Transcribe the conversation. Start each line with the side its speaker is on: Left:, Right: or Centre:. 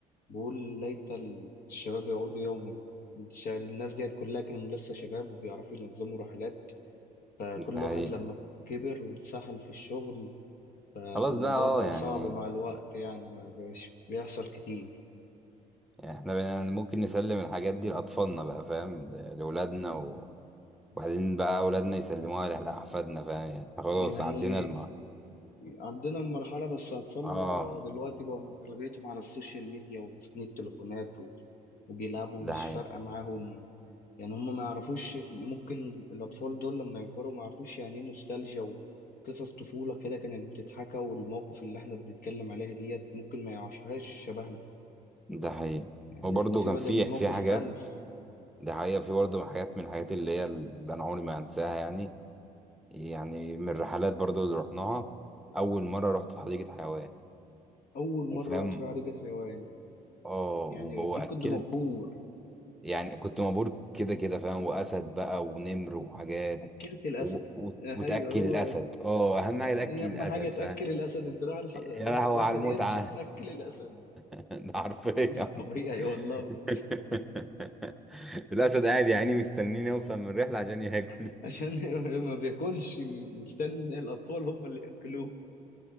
Left: بقول ليت الشباب يعودوا يوما الش- الناس ديت كلها كانوا لسه شباب وبيعرفوا ينظموا رحلات فكل
Centre: ده
Left: واحد
Centre: حقيقة
Left: لما كبر واتسحل في الشغل آه،
Centre: خلاص
Left: الموضوع
Centre: بقى اه
Left: بقى
Centre: يعني
Left: صعب مع الوقت يعني ما بقاش بيحصل كتير
Centre: احنا بقينا ممكن نسلم الحاجات دي لأطفالنا بقى فاهم لأولادنا و- وبعدين بقى أولادنا يسلموها لأحفادنا فاهم يعني خلاص
Left: يعني
Centre: عدينا الم
Left: عندنا المرحلة بس أطفالنا
Centre: اه
Left: دلوقتي بقى أغلبيتهم على السوشيال ميديا وماسكين التليفونات و... وبيلعبوا
Centre: ده
Left: مش
Centre: حقيقة
Left: فارقة معاهم يعني هم ما يعرفوش ممكن الأطفال دول لما يكبروا ما يعرفوش يعني إيه نوستالجيا وقصص طفولة كده كانت بتتحكى والمواقف اللي إحنا بنتكلم عليها ديت ممكن ما يعيشوهاش شبهنا
Centre: ده حقيقة
Left: يعني
Centre: وبرضه
Left: إحنا في
Centre: كان
Left: بدل
Centre: في
Left: الموقف
Centre: في حاجات
Left: ألف
Centre: ده حقيقة في برضه حاجات من الحاجات اللي هي اللي أنا عمري ما هنساها يعني يعني من الرحلات برضو اللي رحناها اول مره رحت حديقه حيوان
Left: أول مرة
Centre: وفاهم
Left: أطفي حديقة حيوان
Centre: اه
Left: يعني
Centre: وب- واكلت
Left: أكيد كنت مبهور
Centre: يعني كنت مبهور كده كده فاهم واسد بقى ونمر وحاجات
Left: أكلت الأسد
Centre: و... و...
Left: آه،
Centre: وتاكل
Left: أيوه هو
Centre: الاسد اه اهم حاجه تاكل
Left: إيه أهم
Centre: الاسد
Left: حاجة تأكل
Centre: فاهم
Left: الأسد أنت رايح الح...
Centre: يا لهوي
Left: رايح الرحلة
Centre: على المتعه
Left: ديت عشان تأكل الأسد
Centre: <laughs> ده حرفيا
Left: مش طبيعي والله
Centre: <laughs> الاسد قاعد يا عيني مستنيني اوصل من الرحله عشان ياكل
Left: <laughs> عشان ما بياكلش مستني الأطفال هم اللي يأكلوه